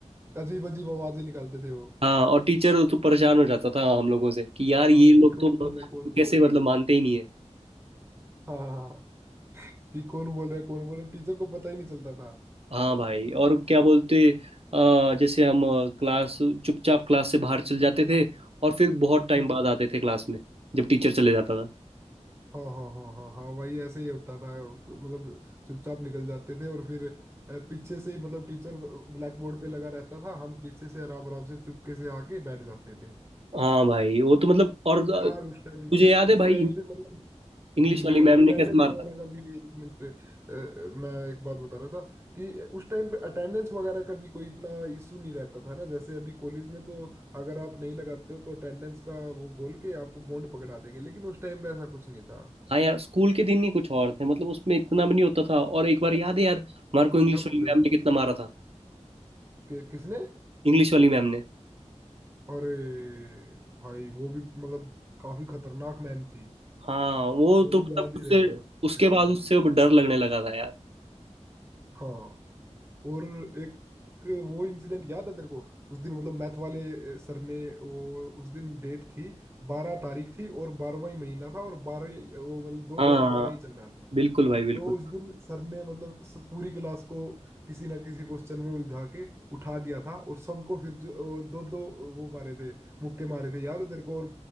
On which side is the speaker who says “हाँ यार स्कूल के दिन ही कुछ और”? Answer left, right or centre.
Right